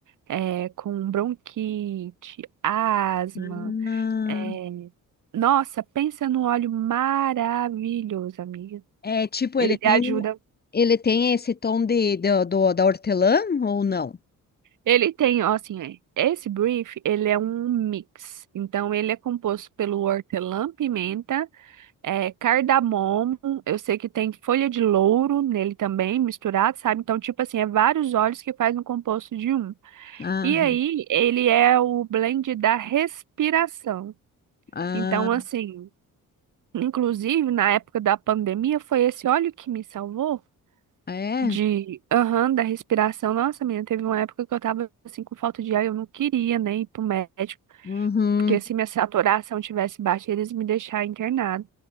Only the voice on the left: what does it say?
ah.
é, tipo,
ele tem.
Ele tem esse tom de, do, do- da hortelã ou não?
Ah,
ah,
é?
Uhum.